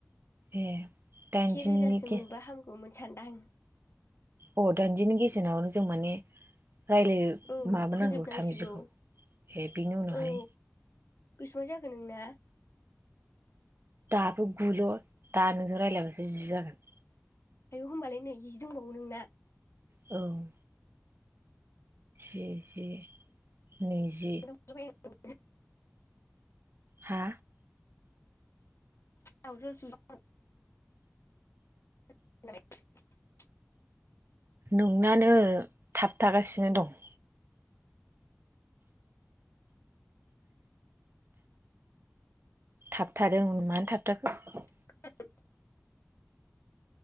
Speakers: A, on the right; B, on the left.
A: ए दाइनजिनि
B: से रोजासो
A: गे
B: मोनबा हामगौमोन सानदां
A: अ' दाइदिननि गेजेरावनो जों माने रायलाय
B: औ
A: माबानांगौ
B: फोजोबनांसिगौ
A: थामजिखौ ए बिनि उनावहाय
B: औ बिसिबां जाखो नोंना?
A: दाबो गुल' दा नोंजों रायलायबासो जि जागोन।
B: आयौ होनबालाय नै‌ जि दंबावो नोंना।
A: औ जि जि नैजि
B: <inaudible>
A: हा
B: औ <inaudible> <inaudible>
A: नोंनानो थाबथागासिनो दं। थाबथादों मानो थाबथाखो।
B: <inaudible>